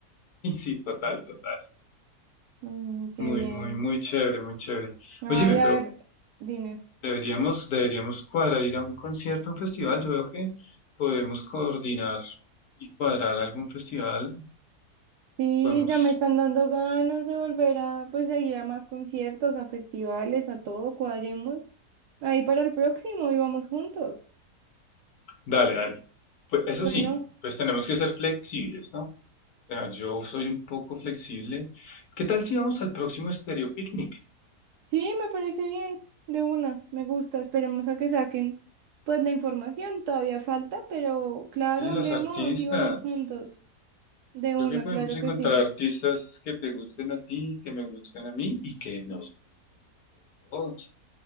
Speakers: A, on the left; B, on the right.
A: Sí, sí, total, total.
B: Mm, qué
A: Muy,
B: bien.
A: muy, muy chévere, muy chévere.
B: Ay,
A: Óyeme, pero
B: a ver, dime.
A: deberíamos, deberíamos cuadrar ir a un concierto, a un festival. Yo veo que podemos coordinar y cuadrar algún festival.
B: Sí,
A: Podemos.
B: ya me están dando ganas de volver a, pues, a ir a más conciertos, a festivales, a todo, cuadremos. Ahí para el próximo y vamos juntos.
A: Dale, dale. Pues eso
B: Bueno,
A: sí, pues tenemos que ser flexibles, ¿no? sea, yo soy un poco flexible. ¿Qué tal si vamos al próximo Stereo Picnic?
B: sí, me parece bien. De una, me gusta. Esperemos a que saquen, pues, la información. Todavía falta, pero claro,
A: Y
B: hablemos
A: los artistas.
B: y vamos juntos. De
A: Yo
B: una,
A: creo que podemos
B: claro
A: encontrar
B: que sí.
A: artistas que te gusten a ti, que me gusten a mí y que nos gusten a los dos.